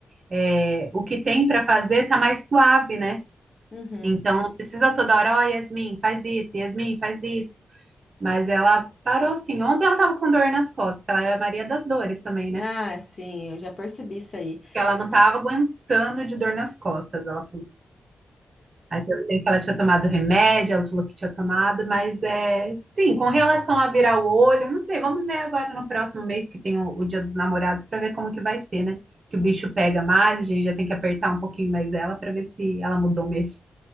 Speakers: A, on the right; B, on the left.
A: é, o que tem para fazer tá mais suave, né?
B: Uhum.
A: Então não precisa toda hora, ó, Yasmin, faz isso, Yasmin, faz isso. Mas ela parou assim. Ontem ela tava com dor nas costas, porque ela é a Maria das Dores também, né?
B: Ah, sim, eu já percebi isso aí.
A: Porque ela não
B: T-
A: tava aguentando de dor nas costas, ela Aí perguntei se ela tinha tomado remédio, ela falou que tinha tomado, mas é sim, com relação a virar o olho, eu não sei, vamos ver agora no próximo mês que tem o, o Dia dos Namorados para ver como que vai ser, né? Que o bicho pega mais, a gente já tem que apertar um pouquinho mais ela para ver se ela mudou mesmo.